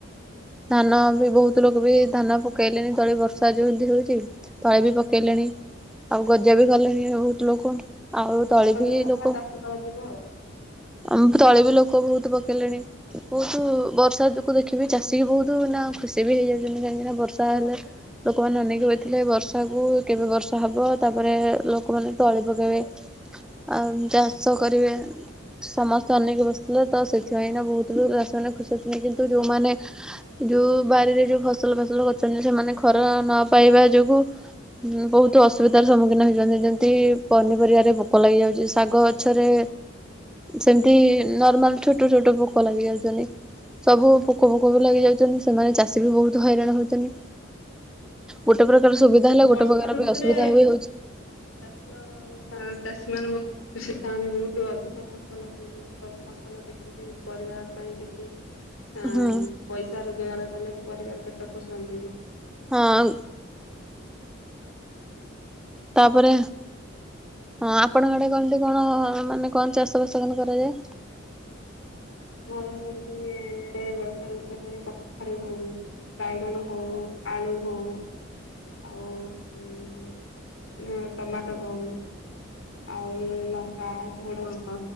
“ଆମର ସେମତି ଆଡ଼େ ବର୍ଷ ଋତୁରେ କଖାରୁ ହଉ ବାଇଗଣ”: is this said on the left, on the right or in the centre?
Left